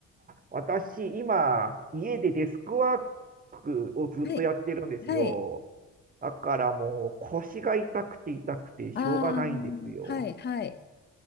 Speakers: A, on the right; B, on the left.
A: 私、今、家でデスクワークをずっとやってるんですよ。
B: はい、はい。
A: だからもう腰が痛くて痛くてしょうがないんですよ。
B: ああ、はい、はい。